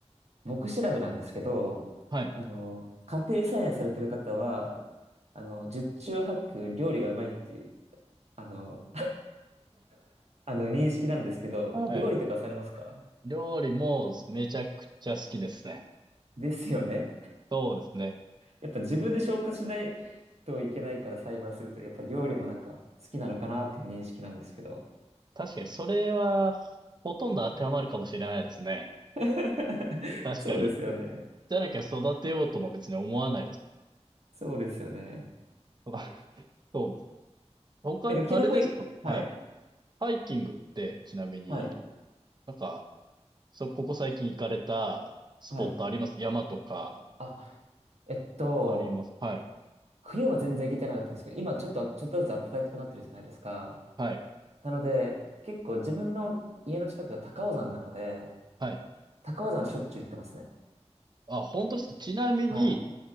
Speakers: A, on the right; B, on the right.
A: 僕調べなんですけど、
B: はい。
A: あの、家庭菜園されてる方は、あの、十中八九料理がうまいっていう、あの、<laughs> あの認識なんですけど、
B: はい。
A: 料理とかされますか
B: 料理もめちゃくちゃ好きですね。
A: ですよね。
B: そうですね。
A: やっぱ自分で消化しないといけないから栽培すると、やっぱり料理もなんか好きなのかなっていう認識なんですけど。
B: 確かに、それは、ほとんど当てはまるかもしれないですね。
A: <laughs>
B: 確かに、
A: そうですよね。
B: じゃなきゃ育てようとも別に思わないです。
A: そうですよね。
B: <laughs> そうです。他に、
A: なんかキノコい、
B: あれですかはい。
A: はい、
B: ハイキングって、ちなみに、
A: はい、
B: なんか、そ、ここ最近行かれたスポットあります山とか
A: はい。あ、えっと、
B: ありますはい。
A: 冬は全然行けてなかったんですけど、今ちょっと、ちょっとずつ暖かくなってるじゃないですか。
B: はい。
A: なので、結構自分の家の近くが高尾山なので、
B: はい。
A: 高尾山はしょっちゅう行ってますね。
B: あ、本当ですかちなみに、
A: はい。